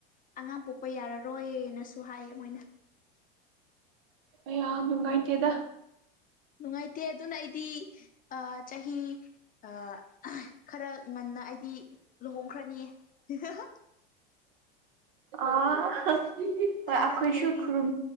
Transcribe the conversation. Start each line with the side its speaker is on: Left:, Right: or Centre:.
Left: ꯑꯉꯥꯡ ꯄꯣꯛ ꯄ ꯌꯥꯔꯔꯣꯏꯅꯁꯨ ꯍꯥꯏꯌꯦ ꯃꯣꯏꯅ
Right: ꯑꯌꯥ ꯅꯨꯡꯉꯥꯏꯇꯦꯗ
Left: ꯅꯨꯡꯉꯥꯏꯇꯦ ꯑꯗꯨꯅ ꯑꯩꯗꯤ ꯑ ꯆꯍꯤ ꯑ ꯈꯔ ꯉꯟꯅ ꯑꯩꯗꯤ ꯂꯨꯍꯣꯡꯈ꯭ꯔꯅꯤꯌꯦ ꯍꯤꯍꯥꯍꯥ
Right: ꯑꯥ ꯍ ꯑꯩꯈꯣꯏꯁꯨ
Left: ꯅꯪꯗꯤ ꯑꯩꯒꯤ
Right: ꯈꯨꯔꯨꯝ